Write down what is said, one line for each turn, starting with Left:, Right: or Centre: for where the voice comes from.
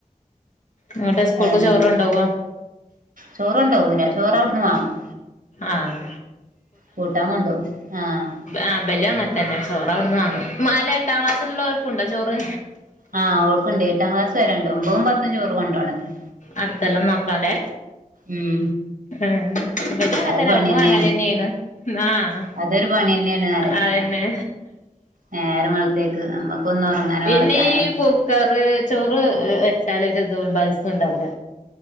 Left: ഇങ്ങട്ട് സ്കൂൾക്ക്
Right: വേറെന്തൊക്കെ
Left: ചോറ് കൊണ്ടോവോ
Right: ചോറുണ്ടോവുലാ ചോറ് അവിടുന്ന് വാങ്ങും
Left: ആഹ്
Right: കൂട്ടാൻ കൊണ്ടോവും ആഹ്
Left: ആ ഇബലും അങ്ങന് ത്തന്നെ ചോറ് അവിടുന്ന് വാങ്ങും <unintelligible> എട്ടാം ക്ലാസുള്ളവർക്കുണ്ടോ ചോറ്?
Right: ആഹ് അവർക്കുണ്ട് എട്ടാം ക്ലാസ് വരെയുണ്ട് ഒമ്പതും പത്തും ചോറ് കൊണ്ടുപോണം അത്രേ
Left: അടുത്തൊല്ലാം നോക്കാണ്ടേ.
Right: ഉം.
Left: ആഹ്. ഇവലുംഅങ്ങത്തന്നെ
Right: അതൊരു പണിയന്നേണ്
Left: അവിടന്ന് വാങ്ങല്തന്നെണ് ആഹ്
Right: അതൊരു പണിയന്നേണ് പറയാ
Left: അതന്നെ.
Right: നേരം വെളുത്തേക്ക് നമ്മുക്കൊന്ന് ഉറങ്ങാനോ
Left: പിന്നെ
Right: കിടക്കാനോ
Left: ഈ കുക്കറ് ചോറ് വെച്ചാല് ഒരുതും ബൾസും ഉണ്ടാവുല്ല.